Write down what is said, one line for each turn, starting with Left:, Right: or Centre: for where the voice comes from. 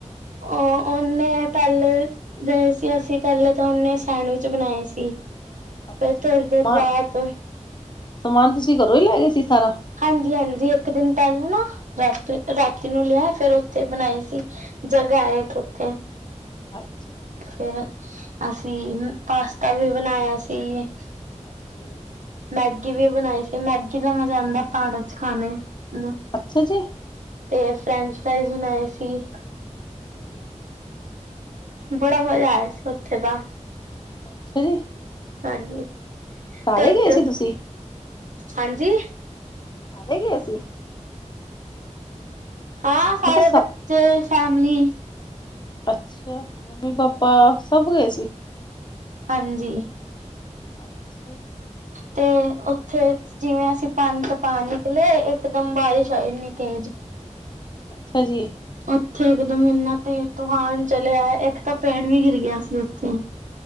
Right: ਓ ਓਨੇ ਪੈਲੇ ਗਏ ਸੀ ਅਸੀ, ਪੈਲੇ ਤਾਂ ਉਨੇ ਸੈਂਡਵਿਚ ਬਣਾਏ ਸੀ।
Left: ਅੱਛਾ
Right: ਫਿਰ ਥੋੜ੍ਹੀ
Left: ਜੀ, ਸਮਾ
Right: ਦੇਰ ਬਾਅਦ
Left: ਸਮਾਨ ਤੁਸੀ ਘਰੋ ਈ ਲੈਗੇ ਸੀ ਸਾਰਾ?
Right: ਹਾਂਜੀ ਹਾਂਜੀ, ਏਕ ਦਿਨ ਪੈਲਾਂ ਨਾ ਰਾਤ ਰਾਤੀ ਨੂੰ ਲੇਆ ਫੇਰ ਓਥੇ ਬਣਾਈ ਸੀ। ਜਗਾ ਏ ਏਕ ਓਥੇ।
Left: ਅੱਛ
Right: ਫੇਰ, ਅਸੀ ਪਾਸਤਾ ਵੀ ਬਨਾਏਆ ਸੀ।
Left: ਅੱਛਾ ਜੀ।
Right: ਮੈਗੀ ਵੀ ਬਨਾਈ ਸੀ। ਮੈਗੀ ਦਾ ਮਜਾ ਆਂਦਾ ਪਾੜਾਂ ਚ ਖਾਨੇ ਨੂੰ।
Left: ਅੱਛਾ ਜੀ।
Right: ਤੇ ਫਰੈਂਚ ਫਰਾਈਜ਼ ਬਣਾਏ ਸੀ।
Left: ਹ
Right: ਬੜਾ ਮਜ਼ਾ ਆਏਆ ਸੀ ਓਥੇ ਤਾਂ।
Left: ਅੱਛਾ ਜੀ।
Right: ਹਾਂਜੀ।
Left: ਸਾਰੇ
Right: ਤੇ ਏਕ,
Left: ਗਏ ਸੀ ਤੁਸੀਂ
Right: ਹਾਂਜੀ।
Left: ਸਾਰੇ ਗਏ ਸੀ?
Right: ਹਾਂ
Left: ਮੈਂ
Right: ਸਾਰੇ
Left: ਕਿਹਾ
Right: ਬੱਚੇ ਫੈਮਲੀ‌।
Left: ਅੱਛਾ, ਮੰਮੀ ਪਾਪਾ ਸਭ ਗਏ ਸੀ?
Right: ਹਾਂਜੀ।
Left: ਅੱਛ
Right: ਤੇ ਓਥੇ ਜਿਵੇਂ ਅਸੀ ਪਾਨੀ ਚ ਪਾ ਨਿਕਲੇ, ਇੱਕ ਦਮ ਬਾਰਿਸ਼ ਆਈ ਏਨੀ ਤੇਜ।
Left: ਅੱਛਾ ਜੀ।
Right: ਓਥੇ ਇਕਦਮ ਏਨਾ ਤੇਜ ਤੂਫਾਨ ਚਲੇਆ, ਏਕ ਤਾਂ ਪੇੜ ਵੀ ਗਿਰ ਗਆ ਸੀ ਓਥੇ।